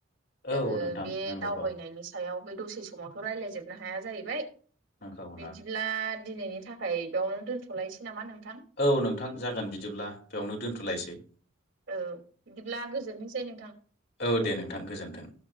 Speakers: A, on the right; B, on the left.
A: जोङो
B: औ नोंथां
A: बे
B: नंगौथ'
A: दावबायनायनि सायाव बे दसे समावथ' राय्लायजोबनो हाया जाहैबाय
B: नंखागौना
A: बिदिब्ला दिनैनि थाखाय बेयावनो दोन्थ'लायनोसै नामा नोंथां
B: औ नोंथां जागोन बिदिब्ला बेयावनो दोन्थ'लायसै
A: औ बिदिब्ला गोजोनथोंसै नोंथां
B: औ दे नोंथां गोजोन्थों